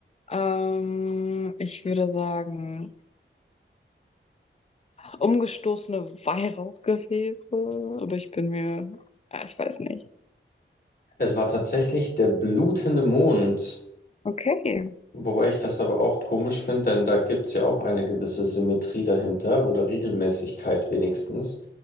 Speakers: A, on the left; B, on the left.
A: Ähm, ich würde sagen umgestoßene Weihrauchgefäße, aber ich bin mir, ah, ich weiß nicht.
B: Es war tatsächlich der blutende Mond,
A: Okay,
B: wobei ich das aber auch komisch finde, denn da gibt's ja auch eine gewisse Symmetrie dahinter oder Regelmäßigkeit wenigstens.